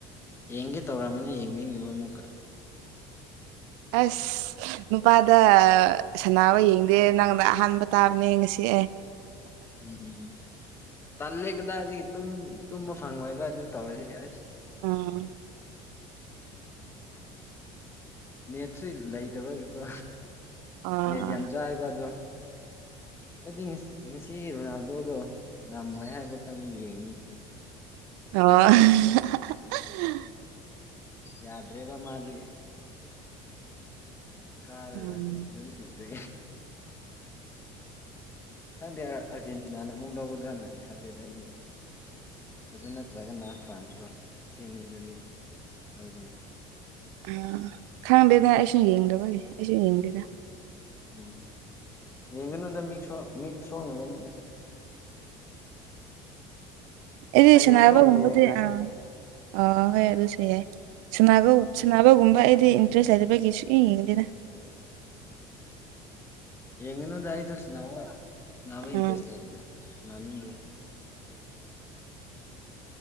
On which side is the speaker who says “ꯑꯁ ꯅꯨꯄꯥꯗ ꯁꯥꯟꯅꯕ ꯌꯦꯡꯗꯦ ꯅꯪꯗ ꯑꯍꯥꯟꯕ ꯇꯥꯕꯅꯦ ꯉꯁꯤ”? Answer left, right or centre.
Right